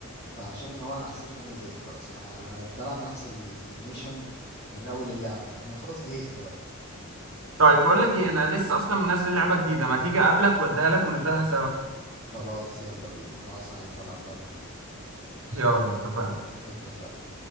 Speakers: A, on the left; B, on the right.
A: فعشان اللي هو انا حسيت ان انا زهقت خلاص انا انا بلعب نفس الميشن من اول اللعبه فانا خلاص زهقت بقى
B: طيب بقول لك ايه انا لسه اصلا منزل لعبه جديده ما تيجي اقابلك واديها لك ونبداها سوا
A: خلاص يلا بينا انا اصلا عايز العب لعبه جديده
B: <laughs> يلا اتفقنا
A: اتفقنا